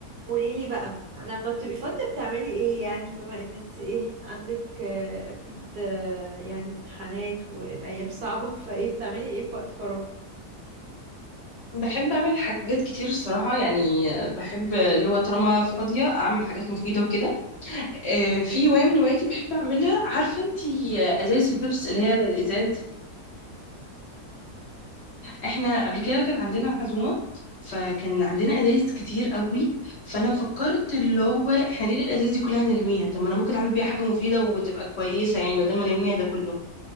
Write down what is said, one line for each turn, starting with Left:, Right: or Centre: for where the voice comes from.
Right: قولي لي بقى لما بتبقي فاضية بتعملي ايه يعني بما ان انت ايه عندك آه، اكيد آه، يعني امتحانات والايام صعبة <laughs> فايه بتعملي ايه في وقت فراغ
Left: بحب اعمل حاجات كتير الصراحه يعني بحب اللي هو طالما فاضيه اعمل حاجات مفيده وكده آه، في هوايه من هواياتي بحب اعملها عارفه انتي آه، ازايز البيبس اللي هي الازاز احنا قبل كده كان عندنا عزومه فكان عندنا ازايز كتير قوي فانا فكرت اللي هو احنا ليه الازايز دي كلها نرميها طب ما انا ممكن اعمل بيها حاجه مفيده وتبقى كويسه يعني بدل ما نرميها ده كله